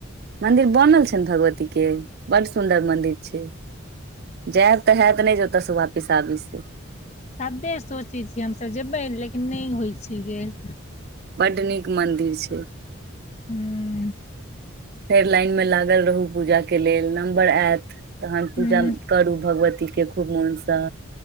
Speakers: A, on the right; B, on the left.
A: मंदिर बनल छन भगवती के बड सुदर मंदिर छै जेतऽ है तऽ नहि जता स वापिस आबि से
B: सभे सोचै छियै हमसभ जेबै लेकिन नहि होइ छै गेल
A: बड़ नीक मंदिर छै
B: हू
A: फेर लाइन मे लागल रहू पूजा के लेल नम्बर आयत तखन
B: हूँ
A: पूजा करू भगवतीके खूब मोनसँ